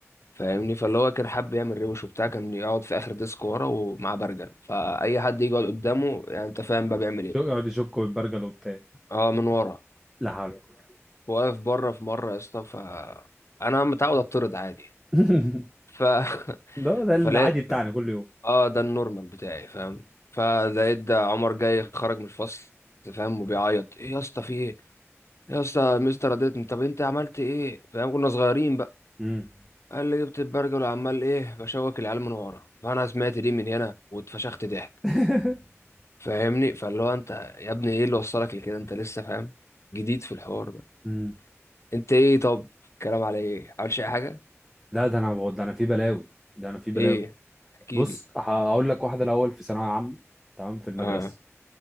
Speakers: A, on the left; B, in the centre.
A: فاهمني فاللي هو كان حابب يعمل روش وبتاع كان يقعد في اخر ديسك ورا ومعاه برجل فاي حد يجي يقعد قدامه يعني انت فاهم بقى بيعمل ايه
B: شو يقعد يشكوا بالبرجل وبتاع
A: اه من ورا
B: لا حول ولا قوة
A: فواقف بره في مره يا اسطى فانا متعود اتطرد عادي
B: <laughs>
A: ف <laughs>
B: لا ده العادي
A: فلا
B: بتاعنا كل يوم
A: اه ده النورمال بتاعي فاهم فلقيت ده عمر جاي خرج من الفصل فاهم وبيعيط ايه يا اسطى في ايه يا اسطى مستر رضيتني طب انت عملت ايه فاهم كنا صغيرين بقى
B: امم
A: قال لي جبت البرجل وعمال ايه بشوك العيال من ورا فانا سمعت دي من هنا واتفشخت ضحك
B: <laughs>
A: فاهمني فاللي هو انت يا ابني ايه اللي وصلك لكده انت لسه فاهم جديد في الحوار ده
B: مم.
A: انت ايه طب الكلام على ايه عملش اي حاجه
B: لا ده انا بقول ده انا في بلاوي ده انا في بلاوي
A: ايه احكي
B: بص
A: لي
B: ه- هقول لك واحده الاول في ثانويه عامه تمام في المدرسه
A: اه